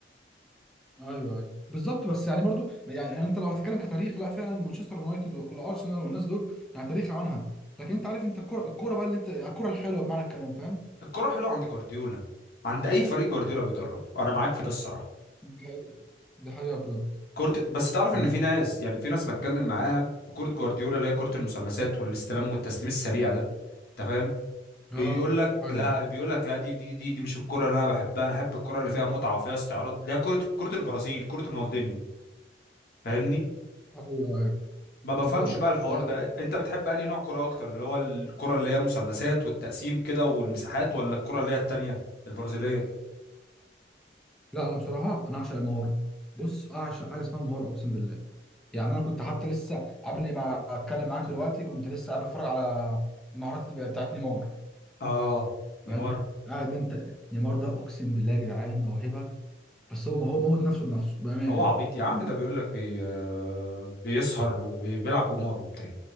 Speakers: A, in the centre; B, on the left (about 55°).
A: ايوه ايوه بالظبط بس يعني برضه يعني, يعني انت لو هتتكلم كتاريخ لا فعلا مانشستر يونايتد والارسنال والناس دول يعني تاريخ عنها لكن انت عارف انت الكوره الكوره بقى اللي انت الكوره الحلوه بمعنى الكلام فاهم
B: الكره حلوه عند جوارديولا عند اي فريق جوارديولا بيدربه انا معاك في ده الصراحه
A: دي حقيقه دي حقيقة بجد
B: كرة بس تعرف
A: فاهم
B: ان في ناس يعني في ناس بتكلم معاها في كرة جوارديولا اللي هي كرة المثلثات والاستلام والتسليم السريع ده انت فاهم بيقول
A: اه ايوه
B: لك
A: ايوه
B: لا بيقول لك لا دي دي دي, دي مش الكرة اللي انا بحبها انا احب الكرة اللي فيها متعة وفيها استعراض ده كرة كرة البرازيل كرة رونالدينيو فاهمني
A: ايوه أيوه.
B: ما بفهمش
A: بالظبط
B: بقى الحوار
A: لا
B: ده انت بتحب انهي نوع كرة اكتر اللي هو الكرة اللي هي مثلثات والتقسيم كده والمساحات ولا الكرة اللي هي التانية البرازيلية
A: لا، انا بصراحه انا اعشق المهاره بص اعشق حاجه اسمها المهاره اقسم بالله يعني انا كنت حتى لسه قبل ما اتكلم معاك دلوقتي كنت لسه قاعد بتفرج على المهارات اللي بتاعت نيمار
B: اه نيمار
A: فاهم قاعد انت نيمار ده اقسم بالله يا جدعان موهبه بس هو ما هو موت نفسه بنفسه بامانه
B: هو عبيط
A: يعني
B: يا عم ده بيقول لك بي... آه، بيسهر وبيلعب قمار وبتاع